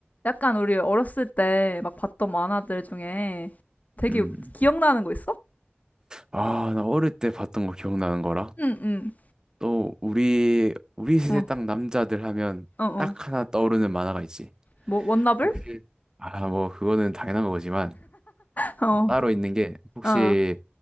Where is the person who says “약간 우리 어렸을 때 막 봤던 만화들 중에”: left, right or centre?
Left